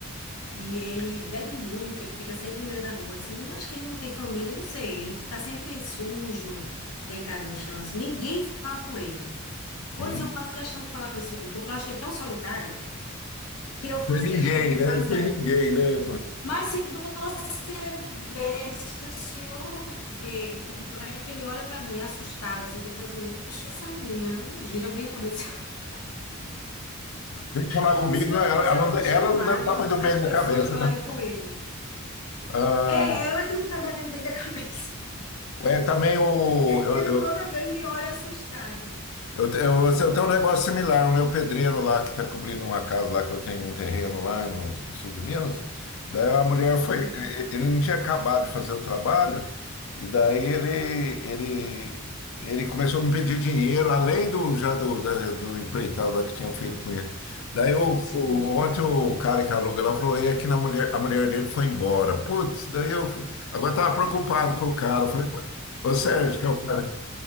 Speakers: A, on the left (about 85°); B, on the left (about 65°).
A: E ele bebe muito, ele fica sempre no meio da rua, assim. Acho que ele não tem família, não sei. Ele tá sempre sujo, deitado no chão, assim. Ninguém fala com ele. Pois
B: Uhum.
A: eu faço questão de falar com esse homem, porque eu acho ele tão solitário que
B: Não
A: eu faço
B: tem ninguém,
A: questão de
B: né?
A: passar.
B: Não tem ninguém, né?
A: Mas se você vê, se o senhor vê como é que ele olha para mim, assustado, assim, como se assim, "Oxe, essa menina ela não gira bem na cabeça. <laughs>
B: Vem falar
A: Como
B: comigo,
A: se não
B: né? ela,
A: fosse
B: ela
A: acostumado
B: não ela não deve estar muito
A: as
B: bem
A: pessoas
B: na cabeça,
A: falarem
B: né?
A: com ele.
B: Ah,
A: É ela que não tá batendo bem da cabeça.
B: é, também o, eu,
A: Ele toda vez me olha assustado.
B: Eu, te- eu, eu tenho um negócio similar. O meu pedreiro lá, que está cobrindo uma casa lá, que eu tenho um terreno lá no, no sul de Minas, daí a mulher foi.
A: Uhum.
B: e- Ele não tinha acabado de fazer o trabalho, e daí ele, ele, ele começou a me pedir dinheiro, além do já do, da- do empreitado lá que tinha feito com ele. Daí o,
A: Sim.
B: o- ontem o cara que aluga lá falou: ei aqui na mulher, a mulher dele foi embora. Putz, daí eu fui. Agora estava preocupado com o cara. Eu Falei, ô Sérgio, que é o cara.